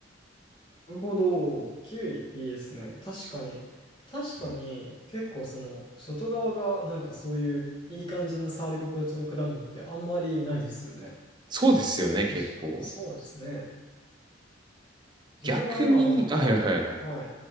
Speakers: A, on the left; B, on the right.
A: なるほど。キウイいいですね。確かに。確かに、
B: うん
A: 結構その、外側がなんかそういういい感じの触り心地の果物ってあんまりないですよね。
B: そうですよね、
A: 確かに、
B: 結構。
A: そうですね。自分は今なんか、
B: 逆に、あ、はいはいはいはい。
A: はい。